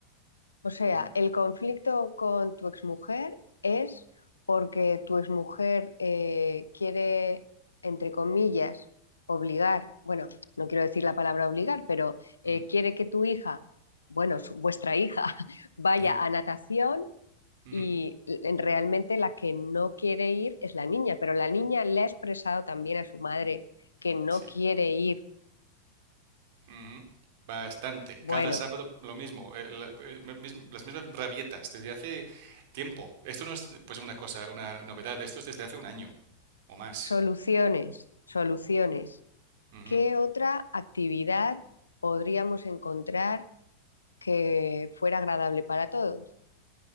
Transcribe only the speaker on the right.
mm,
mm,
eh,
ujú,
sí.
Ujú. Bastante.
Cada sábado lo mismo. eh, la- eh, mis- las mismas rabietas desde hace tiempo. Esto no es pues una cosa, una novedad. Esto es desde hace un año o más.
Ujú.